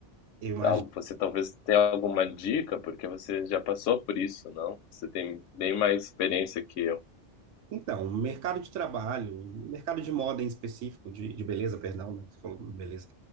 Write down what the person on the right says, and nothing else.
eu imagino.
Então, o mercado de trabalho, o mercado de moda em específico, de, de beleza, perdão, né? que Você falou beleza.